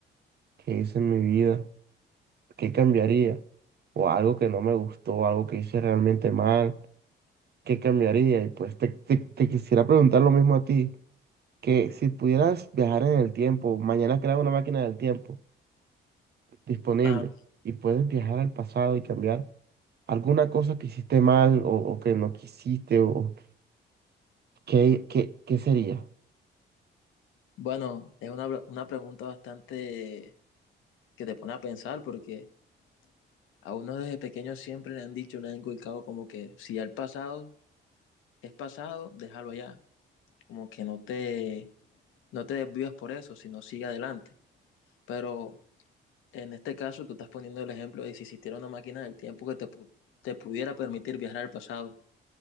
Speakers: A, on the right; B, on the left.
A: que hice en mi vida, ¿qué cambiaría? O algo que no me gustó, algo que hice realmente mal, ¿qué cambiaría? Y pues te, te- te quisiera preguntar lo mismo a ti, que si pudieras viajar en el tiempo, mañana crear una máquina del tiempo disponible
B: Ah,
A: y puedes viajar al pasado y cambiar. alguna cosa que hiciste mal o, o que no quisiste o o qué, qué, qué sería.
B: bueno, es una, pre- una pregunta bastante que te pone a pensar porque a uno desde pequeño siempre le han dicho, le han inculcado como que si ya el pasado es pasado, déjalo allá. Como que no te, no te desvías por eso, sino sigue adelante. Pero en este caso tú estás poniendo el ejemplo de si existiera una máquina del tiempo que te, pu- te pudiera permitir viajar al pasado,